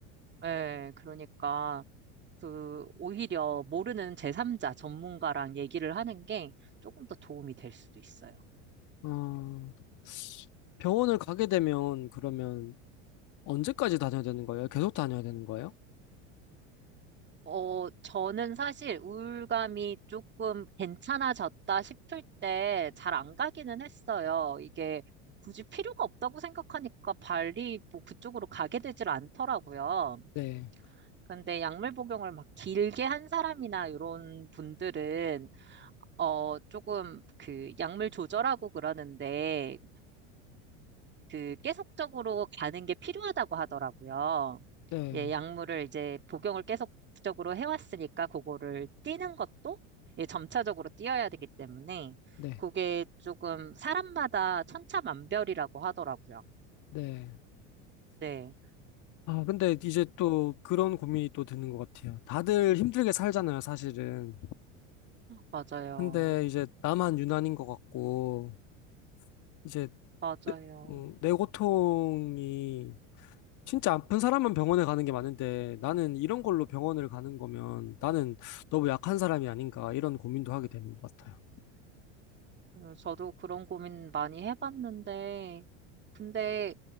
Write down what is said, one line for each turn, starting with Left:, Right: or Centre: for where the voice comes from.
Right: 예, 그러니까 그 오히려 모르는 제3자 전문가랑 얘기를 하는 게 조금 더 도움이 될 수도 있어요.
Left: 어, 병원을 가게 되면 그러면 언제까지 다녀야 되는 거예요? 계속 다녀야 되는 거예요?
Right: 어, 저는 사실 우울감이 조금 괜찮아졌다 싶을 때 잘 안 가기는 했어요. 이게 굳이 필요가 없다고 생각하니까 발리 뭐 그쪽으로 가게 되질 않더라고요.
Left: 네.
Right: 근데 약물 복용을 막 길게 한 사람이나 이런 분들은 어, 조금 그 약물 조절하고 그러는데 그 계속적으로 가는 게 필요하다고 하더라고요.
Left: 네,
Right: 예, 약물을 이제 복용을 계속적으로 해왔으니까 그거를 뛰는 것도 예, 점차적으로 뛰어야 되기 때문에
Left: 네,
Right: 그게 조금 사람마다 천차만별이라고 하더라고요.
Left: 네.
Right: 네,
Left: 아, 근데 이제 또 그런 고민이 또 드는 것 같아요. 다들 힘들게 살잖아요, 사실은.
Right: 맞아요.
Left: 근데 이제 나만 유난인 것 같고, 이제,
Right: 맞아요.
Left: 내- 음, 내 고통이 진짜 아픈 사람만 병원에 가는 게 많은데, 나는 이런 걸로 병원을 가는 거면 나는 너무 약한 사람이 아닌가, 이런 고민도 하게 되는 것 같아요.
Right: 음, 저도 그런 고민 많이 해봤는데, 근데